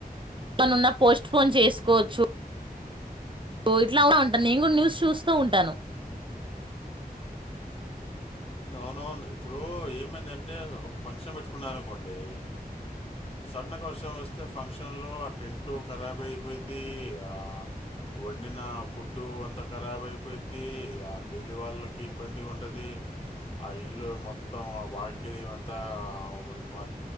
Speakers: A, on the right; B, on the left.
A: తనున్న పోస్ట్పోన్ చేసుకోవచ్చు స ఇట్లా ఉంటాను నేను కూడా న్యూస్ చూస్తూ ఉంటాను
B: అవునవును ఇప్పుడు ఏమైందంటే ఫంక్షన్ పెట్టుకున్నారనుకోండి సడన్గా వర్షం వస్తే ఫంక్షన్లో ఆ టెంటట్ ఖరాబ అయిపోది ఆ వండిన ఫుడ్డు అంతా ఖరాబ్ అయిపోయిది ఆ పెళ్ళి వాళ్ళకి ఇబ్బందిగా ఉండది ఆ ఇల్లు మొత్తం ఆ వాకిలి అంతా మచ